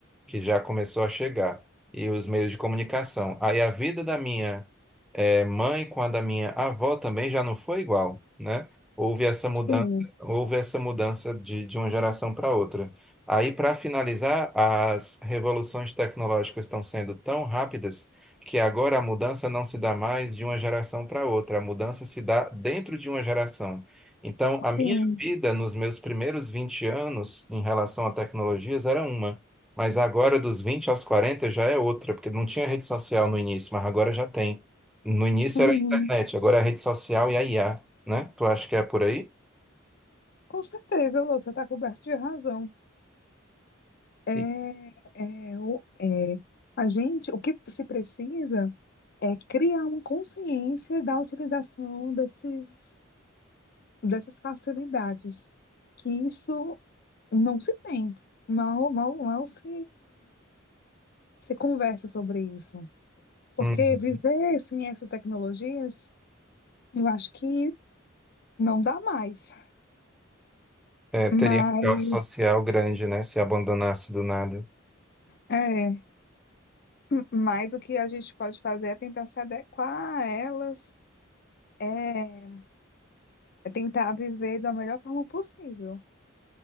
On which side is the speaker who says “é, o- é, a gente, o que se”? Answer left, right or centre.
Left